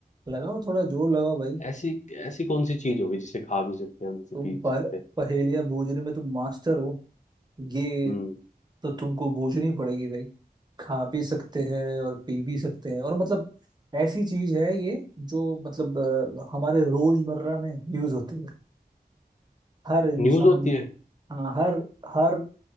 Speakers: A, on the right; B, on the left.
A: लगाओ थोड़ा जोर लगाओ भाई
B: ऐसी ऐसी कौन सी चीज होगी जिसे खा भी सकते हैं जिसे
A: तुम
B: पी भी
A: पर
B: सकते हैं
A: पहेलियां बूझने में तुम मास्टर हो ये
B: हम्म
A: तो तुमको बूझनी पड़ेगी भाई खा भी सकते हैं और पी भी सकते हैं और मतलब ऐसी चीज है ये जो मतलब अ, हमारे रोजमर्रा में यूज होती है हर इंसान
B: न्यूज होती है
A: हाँ, हर हर